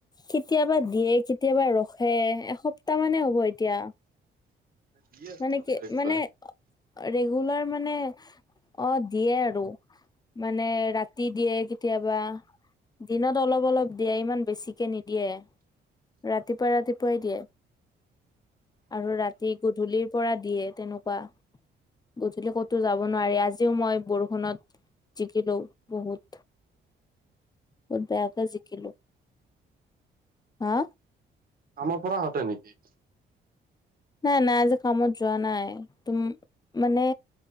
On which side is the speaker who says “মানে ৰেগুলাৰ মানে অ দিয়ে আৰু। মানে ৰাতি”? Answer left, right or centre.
Left